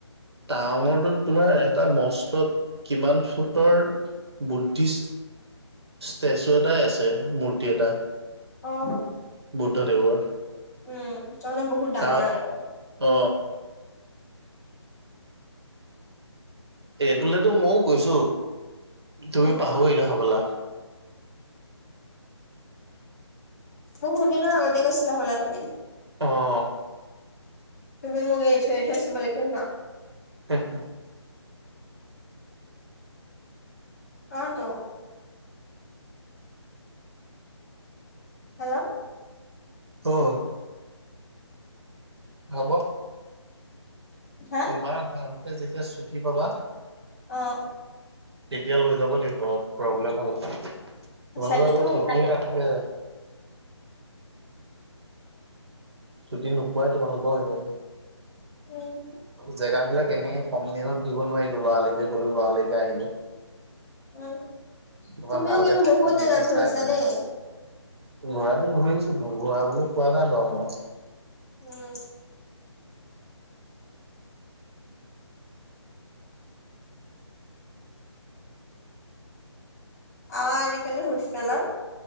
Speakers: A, on the right (about 60°); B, on the left (about 35°).
A: তাৱাঙৰটো তোমাৰ এটা মস্ত কিমান ফুটৰ বুদ্ধিষ্ট ষ্টেচু এটাই আছে মূৰ্তি এটা।
B: অ।
A: বুদ্ধদেৱৰ।
B: উম তই মানে বহুত ডাঙৰ
A: তা
B: আৰু
A: অ এটোলেতো মইও গৈছো তুমি
B: অ
A: পাহৰিলা হবলা।
B: বহুত দিনৰ আগতে গৈছিলা হ'বলা তুমি।
A: অহ।
B: তুমি মোক অৰিঠৈ আৰিঠৈ চবলেকে যোৱা।
A: <unintelligible>
B: অ টো। হেল্ল'।
A: অহ। হ'ব।
B: হা
A: তোমাৰ ভালকে যেতিয়া ছুটি পাবা,
B: অ।
A: তেতিয়া লৈ যাব লাগিব ফুৰাবলে ভালকে। তোমালোকৰ
B: সঁচাকেতো
A: আকৌ চুতিয়ে নাথাকে। ছুটি নোপোৱাই তোমালোকৰ সেইয়ে।
B: উম।
A: জেগা বিলাক এনেকে কম দিনত ঘুৰিব নোৱাৰিটো লৰালৈকে গ'লো লৰা লৰিকে আহিলো।
B: উম
A: তোমাৰ
B: তুমিও
A: ভালকে
B: কিন্তু
A: থাকি
B: বহুত
A: মেলি
B: জেগা ঘূৰিছা
A: চাই মেলি,
B: দেই
A: ঘোৰাটো ঘূৰিছিলো ঘূৰা বুলি কোৱা নাই বাৰু মই।
B: উম। অ আজিকালি হোষ্টেলত।